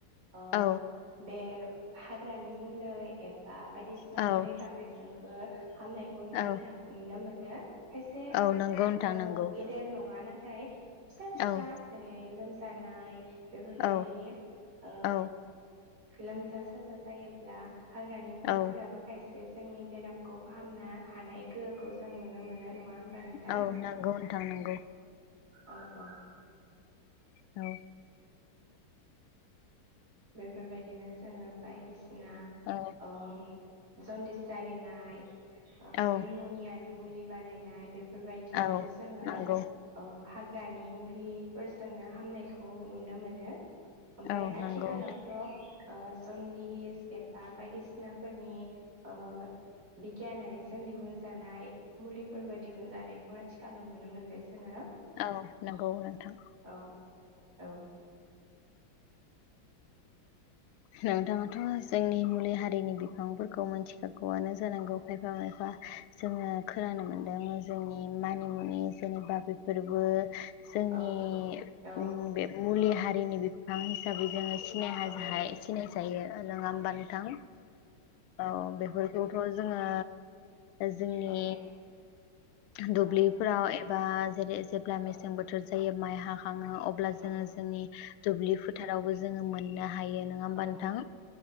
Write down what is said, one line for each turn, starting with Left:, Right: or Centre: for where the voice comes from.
Right: अ
Left: औ
Right: बे हाग्रानि मुलै एबा बायदिसिना
Left: औ
Right: मुलि खांनायजों ओ हामनायखौनो नुनो
Left: औ
Right: थां नुनो मोन नो खायसे
Left: औ नंगौ नोंथां
Right: ओ
Left: नंगौ
Right: गेदेर नङा ना थाय फिसा फिसा
Left: औ
Right: जेरै लोम जानाय बेफोरबायदि
Left: औ
Right: ओ
Left: औ
Right: लोमजा साजा जायोब्ला हाग्रानि मुलिफोराबो
Left: औ
Right: खायसे जोंनि बेरामखौ फाहामना हानाय गोहोखौ जों नुनो मोनो नङा होमबा नोंथां
Left: औ नोंगौ नोंथां नोंगौ।
Right: औ औ।
Left: औ।
Right: बेफोरबायदिनो जोङो बायदिसि ना
Left: औ
Right: ओम जन्दिस जारिनाय ओ
Left: औ
Right: निमनिया मुलि बानायनाय बे फोरबायदियावबो
Left: औ
Right: जोङो
Left: नंगौ
Right: ओ हा ग्रानि मुलिफोरजोंनो हामनायखौ नुनो मोनो। ओमफाय
Left: औ नोंगौ।
Right: <unintelligible> ओ जनदिस एबा बायदिसिनाफोरनि ओ बिगियानारिजों दिहुनजानाय मुलिफोरबो दिहुनजानायखौ आथिखालाव नुनो मोनबाय जोङो
Left: औ नोंगौ नोंथां।
Right: औ औ।
Left: नोंथाङाथ' जोंनि मुलि हारिनि बिफांफोरखौ मोनथिखागौआनो जानांगौ खाय एफा एफा जोङो खोनानो मोनदों जोंनि मानिमुनि जेनेबा बेफोरबो जोंनि
Right: औ औ
Left: उम बे मुलि हारिनि बिफां हिसाबै जोङो सिनाय हाजाहाय
Right: औ
Left: सिनाय जायो नङा होमबा नोंथां औ बेफोरखौ खौ जोङो जोंनि
Right: औ
Left: दुब्लिफोराव
Right: औ
Left: एबा <unintelligible> जेब्ला
Right: औ
Left: मेसें बोथोर जायो माइ हाखाङो अब्ला
Right: औ
Left: जो जोंनि दुब्लिफो थारावबो जोङो मोननो हायो। नङा होमबा
Right: औ
Left: नोंथां